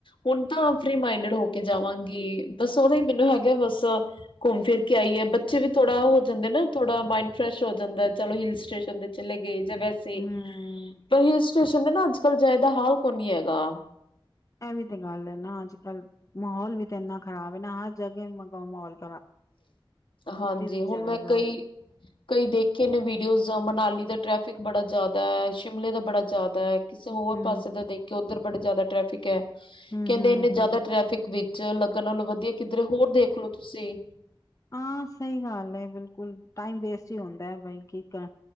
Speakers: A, on the left (about 70°); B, on the left (about 35°).
A: ਹੁਨ ਤਾਂ ਫ੍ਰੀ ਮਾਈਡਡ ਹੋ ਕੇ ਜਾਵਾਂਗੀ, ਬਸ ਉਦੋ ਮੈਨੂੰ ਹੈਗਾ ਬਸ ਘੁੰਮ ਫਿਰ ਕੇ ਆਈਏ ਬੱਚੇ ਵੀ ਥੋੜਾ ਹੋ ਜਾਂਦੇ ਨਾ ਥੋੜਾ ਮਾਇੰਡ ਫਰੈਸ਼ ਹੋ <inaudible> ਚਲੋ ਹਿਲ-ਸਟੇਸ਼ਨ ਦੇ ਚਲੇ ਗੇ ਜਾਂ ਵੈਸੇ
B: ਹਮ
A: ਪਰ ਸਟੇਸ਼ਨ ਦੇ ਨਾ ਅੱਜ-ਕੱਲ ਜੈਦਾ ਹਾਲ ਕੋਨੀ ਹੈਗਾ।
B: ਏਵੀ ਤੇ ਗੱਲ ਏ ਨਾ ਅੱਜ-ਕੱਲ। ਮਾਹੌਲ ਵੀ ਤੇ ਏਨਾ ਖ਼ਰਾਬ <inaudible>
A: ਹਾਂਜੀ,
B: ਕਿਤੇ ਵੀ
A: ਹੁਨ
B: ਚਲੇ
A: ਮੈਂ
B: ਜਾਓ
A: ਕਈ-ਕਈ ਦੇਖੇ ਨੇ ਵੀਡੀਓਜ਼ ਮਨਾਲੀ ਟ੍ਰੈਫਿਕ ਬੜਾ ਜੈਦਾ, ਸ਼ਿਮਲੇ ਦਾ ਬੜਾ ਜੈਦਾ ਕਿਸੇ ਹੋਰ
B: ਹੂੰ
A: ਪਾਸੇ ਦਾ ਦੇਖਯੋ ਉੱਧਰ ਬੜੇ ਜਾਦਾ ਟ੍ਰੈਫਿਕ
B: ਹੂੰ
A: ਕਹਿੰਦੇ
B: ਹੂੰ
A: ਏਨੇ ਜੈਦਾ
B: ਹੂੰ
A: ਟ੍ਰੈਫਿਕ ਵਿੱਚ <inaudible> ਵਧੀਆ ਕਿੱਧਰੇ ਹੋਰ ਦੇਖਲੋ ਤੁਸੀ
B: ਆਂ ਸਹੀ ਗੱਲ ਏ, ਬਿਲਕੁਲ ਟਾਈਮ ਵੇਸਟ ਈ ਹੋਂਦੈ ਬਈ ਠੀਕ ਹੈ,